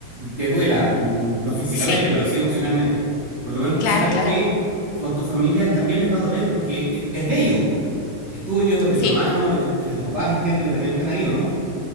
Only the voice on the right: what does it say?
te duela, mm, no físicamente,
pero sí emocionalmente. Por lo menos tú
sabes
que, que con tu familia también les va a doler porque es, es de ellos, po. Es tuyo, es de
tu hermano, es de, es de tus papás, entiendo que también están ahí, ¿o no?